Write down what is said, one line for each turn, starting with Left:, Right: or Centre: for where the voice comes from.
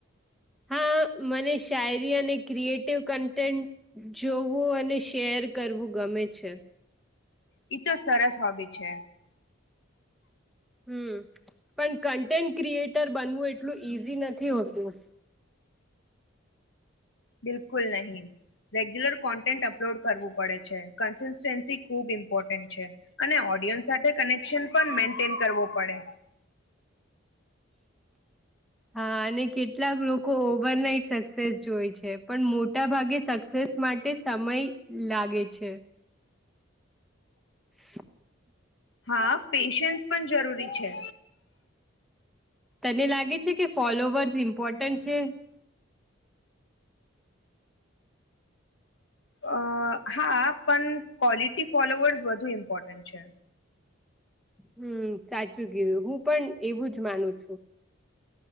Centre: હા મને શાયરી અને ક્રિએટિવ કન્ટેન્ટ જોવું અને શેર કરવું ગમે છે.
Left: ઈ તો સરસ હોબી છે.
Centre: હમ, પણ કન્ટેન્ટ ક્રિએટર બનવું એટલું ઈઝી નથી હોતું.
Left: બિલકુલ નહીં, રેગ્યુલર કોન્ટેન્ટ અપલોડ કરવું પડે છે કન્સિસ્ટન્સી ખૂબ ઇમ્પોર્ટન્ટ છે. અને ઓડિયન્સ સાથે કનેક્શન પણ મે કરવો પડે.
Centre: હા અને કેટલાક લોકો ઓવરનાઈટ સક્સેસ જોય છે પણ મોટા ભાગે સક્સેસ માટે સમય લાગે છે. <inaudible>
Left: હા પેશન્સ પણ જરૂરી છે.
Centre: તને લાગે છે કે ફોલોવર્સ ઇમ્પોર્ટન્ટ છે?
Left: અ હા પણ ક્વોલિટી ફોલોવર્સ વધુ ઇમ્પોર્ટન્ટ છે.
Centre: હમ સાચું કીધું હું પણ એવું જ માનું છું.